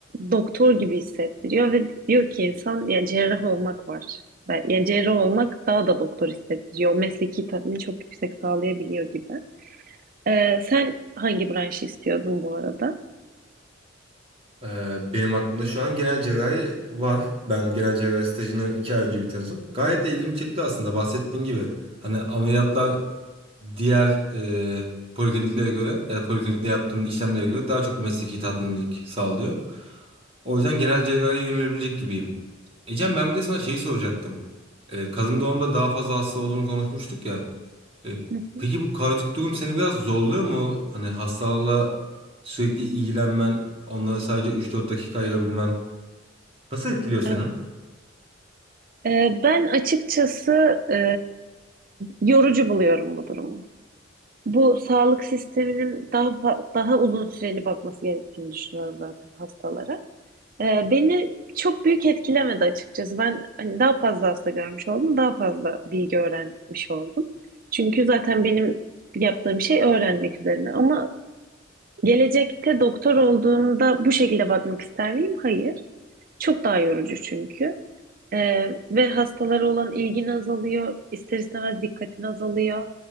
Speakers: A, on the right; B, on the right.
A: doktor gibi hissettiriyor ve diyor ki insan yani cerrah olmak var. Ben- Yani cerrah olmak daha da doktor hissettiriyor. O mesleki tatmini çok yüksek sağlayabiliyor gibi. E, sen hangi branşı istiyordun bu arada?
B: Ee, Benim aklımda şu an genel cerrahi var. Ben genel cerrahi stajını iki ay önce bitirdim. Gayet de ilgimi çekti aslında bahsettiğin gibi. Hani ameliyatlar diğer e, polikliniklere göre ya da poliklinikte yaptığın işlemlere göre daha çok mesleki tatminlik sağlıyor. O yüzden genel cerrahiye yönelebilecek gibiyim. Ecem ben bir de sana şeyi soracaktım. E, kadın doğumda daha fazla hasta olduğunu konuşmuştuk ya. E,
A: Hı hı.
B: peki bu kaotik durum seni biraz zorluyor mu? Hani hastalarla sürekli ilgilenmen, onlara sadece 3-4 dakika ayırabilmen nasıl etkiliyor seni?
A: Evet. Ee, Ben açıkçası e, yorucu buluyorum bu durumu. Bu sağlık sisteminin daha fa- daha uzun süreli bakması gerektiğini düşünüyorum zaten hastalara. Ee, beni çok büyük etkilemedi açıkçası. Ben hani daha fazla hasta görmüş oldum, daha fazla bilgi öğrenmiş oldum. Çünkü zaten benim yaptığım şey öğrenmek üzerine. Ama gelecekte doktor olduğumda bu şekilde bakmak ister miyim? Hayır. Çok daha yorucu çünkü. Ee, ve hastalara olan ilgin azalıyor, ister istemez dikkatin azalıyor.